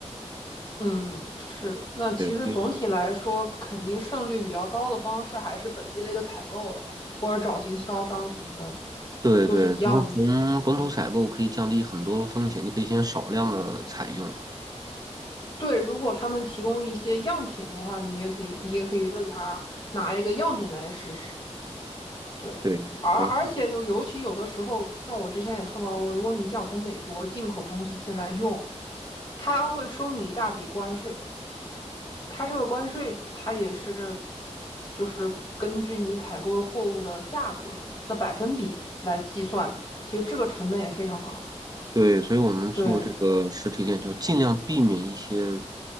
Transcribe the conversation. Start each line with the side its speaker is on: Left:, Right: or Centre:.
Left: 嗯，是。那其实总体来说，
Right: 对，对
Left: 肯定胜率比较高的方式还是本地的一个采购了，或者找经销商什么的，
Right: 对对，
Left: 都是一样的。
Right: 就是从本土采购可以降低很多风险，
Left: 对，
Right: 你可以先少量的采用。
Left: 对，如果他们提供一些样品的话，你们也可以，你也可以问他拿一个样品来试试。对，
Right: 对，
Left: 而而且就尤其有的时候，
Right: 好，
Left: 像我之前也碰到过，如果你想从美国进口东西进来用，他会收你一大笔关税。它这个关税，它也是就是根据你采购的货物的价格的百分比来计算的。其实这个成本也非常高。
Right: 对，所以我们做这个实体店就尽量避免一些实
Left: 对，